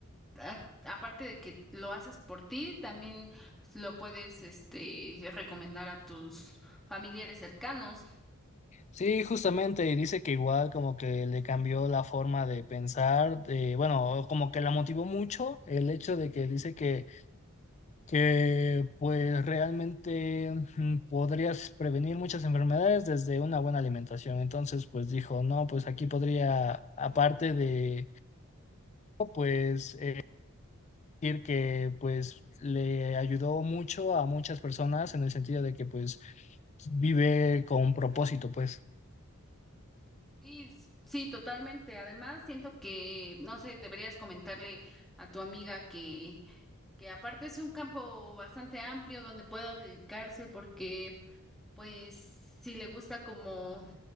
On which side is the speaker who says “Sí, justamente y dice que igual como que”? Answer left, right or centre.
Left